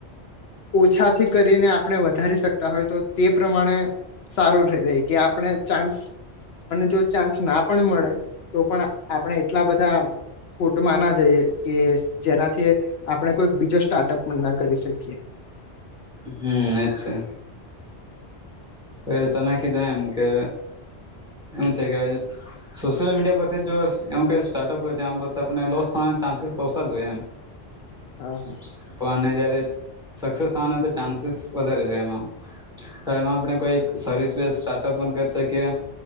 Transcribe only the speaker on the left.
ઓછાથી કરીને આપણે વધારી શકતા હોય તો તે પ્રમાણે સારું રેય કે આપણે ચાન્સ આપણને જો ચાન્સના પણ મળે તોપણ આપણે એટલા બધા ખોટમાં ના જઈએ કે જેનાથી આપણે કોઈ બીજો સ્ટાર્ટઅપ પણ ના કરી શકીએ.
<inaudible> હા
હા